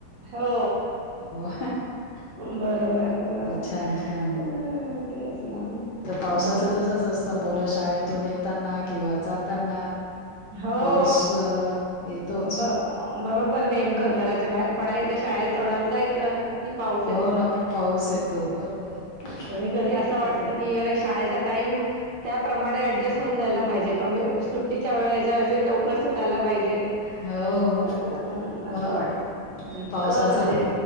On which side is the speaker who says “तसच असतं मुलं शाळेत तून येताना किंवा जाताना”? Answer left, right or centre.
Left